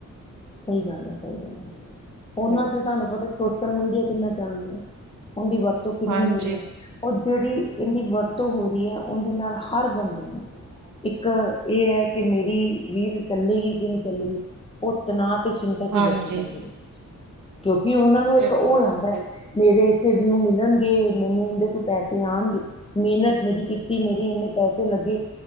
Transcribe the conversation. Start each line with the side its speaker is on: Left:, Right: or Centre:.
Left: ਸਹੀ ਗੱਲ ਐ, ਸਹੀ ਗੱਲ ਐ, ਉਹਨਾਂ
Right: ਹੂੰ
Left: ਤੇ ਤੁਹਾਨੂੰ ਪਤਾ ਸੋਸ਼ਲ ਮੀਡੀਆ ਕਿੰਨਾ ਚੱਲ ਰਿਹਾ, ਉਂਦੀ ਵਰਤੋਂ ਕਿੰਨੀ
Right: ਹਾਂਜੀ
Left: ਹੋ ਰਹੀ ਹੈ। ਉਹ ਜਿਹੜੀ, ਇੰਹਦੀ ਵਰਤੋਂ ਹੋ ਰਹੀ ਐ, ਉਹਦੇ ਨਾਲ ਹਰ ਬੰਦੇ ਨੇ ਇੱਕ ਇਹ ਹੈ ਕਿ ਮੇਰੀ ਰੀਲ ਚੱਲੇਗੀ, ਕਿ ਨਹੀਂ ਚੱਲੇਗੀ। ਉਹ ਤਣਾਅ ਤੇ ਚਿੰਤਾ'ਚ
Right: ਹਾਂਜੀ
Left: ਹੀ ਬੈਠੇ ਰਹਿੰਦੇ। ਕਿਉਂਕਿ, ਉਹਨਾਂ ਨੂੰ
Right: ਬਿਲਕੁਲ
Left: ਇੱਕ ਉਹ ਹੋ ਜਾਂਦਾ,
Right: ਜੀ ਬਿਲਕੁਲ
Left: ਮੇਰੇ ਤੇ ਵਿਊ ਮਿਲਣਗੇ, ਮੈਨੂੰ ਦੇਖੋ ਪੈਸੇ ਆਣਗੇ। ਮਿਹਨਤ ਮੇਰੀ ਕੀਤੀ, ਮੇਰੇ ਇੰਨੇ ਪੈਸੇ ਲੱਗੇ।